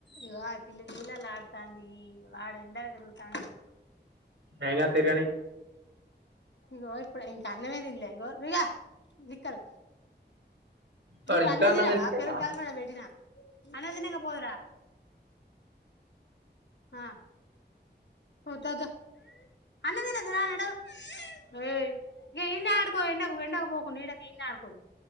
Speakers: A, on the left; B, on the right.
A: ఇగో ఆ పిల్ల నీళ్ళలా ఆడుతాంది వాడు ఎండల తిరుగుతండు
B: ఎం కాదు తిరగని
A: ఇగో ఇప్పుడు ఇంకా అన్నమే తిన్లే ఇగో నిక్కరు
B: వాడు
A: నువ్
B: ఇంకా
A: అన్నం తినవ
B: తినలేదా
A: పెరుగు కలిపి అడ పెట్టిన అన్నదినంగా పోదు రా ఆ ఓ ద ద అన్నం తినుదు దా నడు ఏ ఇగ ఇన్నే ఆడుకో ఎండకు ఎండకు పోకుం నీడ గిన్నె ఆడుకో